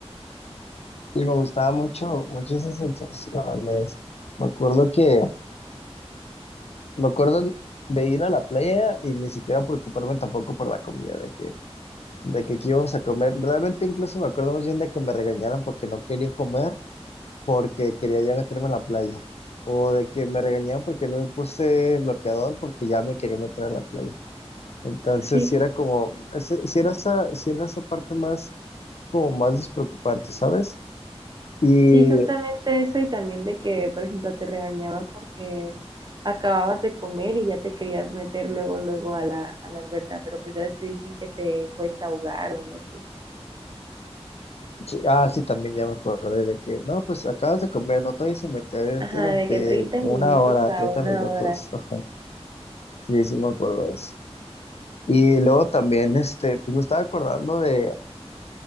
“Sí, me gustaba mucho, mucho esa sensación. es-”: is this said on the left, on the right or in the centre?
Left